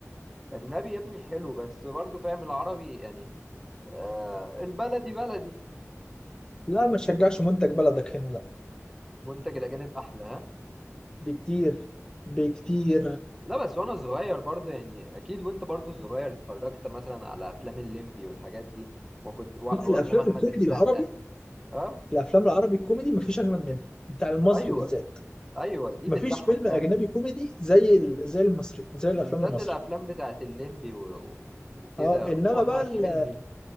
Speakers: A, in the centre; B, on the left.
A: الاجنبي يا ابني حلو بس برضو فاهم العربي يعني آه البلدي بلدي
B: لا ما تشجعش منتج بلدك هنا لا
A: منتج الاجانب احلى ها
B: بكتير بكتير
A: لا بس وانا صغير برضو يعني اكيد وانت برضو صغير اتفرجت مثلا على افلام الليمبي والحاجات دي وكنت وا-
B: الافلام
A: وافلام احمد
B: الكوميدي
A: السقا
B: العربي
A: اه
B: الافلام العربي الكوميدي مفيش اجمد منها بتاع المصري
A: ايوه
B: بالذات
A: ايوه دي
B: مفيش
A: بتضحك
B: فيلم
A: فعلا
B: اجنبي كوميدي زي ال... زي المصري زي الافلام
A: بالذات
B: المصري
A: الافلام بتاعت الليمبي و... وكده
B: اه انما
A: واحمد
B: بقى ال...
A: حلمي